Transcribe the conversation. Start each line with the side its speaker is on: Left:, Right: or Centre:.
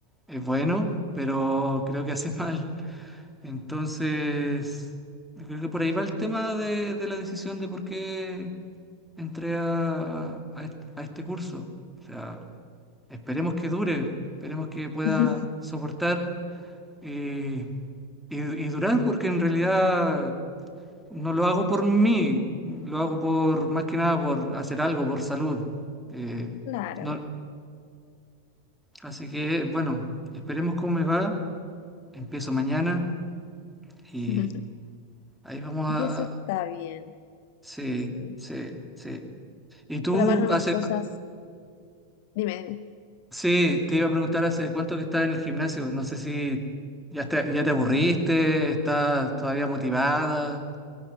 Centre: es bueno, pero creo que hace <laughs> mal. Entonces, yo creo que por ahí va el tema de, de la decisión de por qué entré a, a est- a este curso. O sea, esperemos que dure, esperemos que pueda
Left: <laughs>
Centre: soportar y, y- y durar, porque en realidad no lo hago por mí, lo hago por más que nada por hacer algo, por salud. Eh,
Left: Claro.
Centre: no- así que, bueno, esperemos cómo me va. Empiezo mañana y
Left: <laughs>
Centre: ahí vamos a...
Left: Y eso está
Centre: a-
Left: bien,
Centre: Sí,
Left: sí.
Centre: sí, sí. Y tú
Left: Probar nuevas
Centre: hace...
Left: cosas. Dime, dime.
Centre: Sí, te iba a preguntar hace cuánto que estás en el gimnasio. No sé si ya te, ya te aburriste, estás todavía motivada.